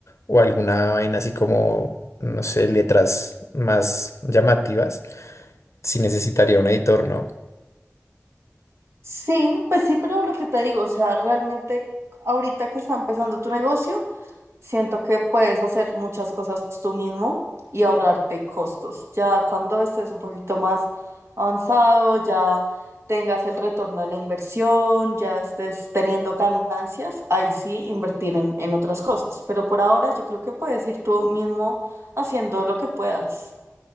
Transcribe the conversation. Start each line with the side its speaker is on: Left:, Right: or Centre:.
Left: o alguna vaina así como, no sé, letras más llamativas. Si necesitaría un editor, ¿no?
Right: sí, pues sí, pero lo que te digo, o sea, realmente ahorita que está empezando tu negocio, Siento que puedes hacer muchas cosas tú mismo y ahorrarte costos. Ya cuando estés un poquito más avanzado, ya tengas el retorno de la inversión, ya estés teniendo ganancias, ahí sí invertir en, en otras cosas. Pero por ahora yo creo que puedes ir tú mismo haciendo lo que puedas.